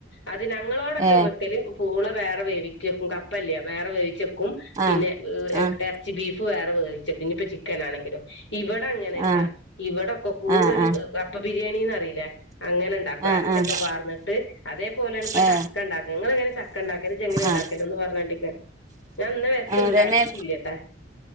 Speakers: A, on the left; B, on the right.
A: അത് ഞങ്ങളോടൊക്കെ
B: ഏ
A: വെക്കല് പൂള വേറെ വേവിക്കു- കെക്കും കപ്പല്ലേ വേറെ വേവിച്ചെക്കും പിന്നെ
B: ആഹ് ആഹ്
A: ഇർച്ചി ബീഫ് വേറെ വേവിക്കും. ഇനിപ്പോ ചിക്കൻ ആണെങ്കിലും. ഇവിടെ അങ്ങനെയല്ല
B: ആഹ്
A: ഇവിടൊക്കെ- കൂട
B: ആഹ്
A: ഒരു
B: ആഹ്
A: കപ്പ ബിരിയാണിന്ന്റിയില്ലേ അങ്ങനെ ഉണ്ടാക്കും.
B: ആഹ്
A: അരച്ചക്കൊക്കെ
B: ആഹ്
A: പാർന്നിട്ട് അതേപോലെയാണ്,
B: ഏ
A: ചക്കണ്ടാക്ക. നിങ്ങളങ്ങനെ ചക്കണ്ടാക്ക ഇജ്ജെങ്ങനെ ഉണ്ടാക്കല്
B: ആഹ്
A: ഒന്ന് പറഞ്ഞിണ്ടിക്കാ? ഞാൻ ഇന്ന് വരക്ക് ഇണ്ടാക്കിട്ടില്ലട്ടാ.
B: ഇതന്നെ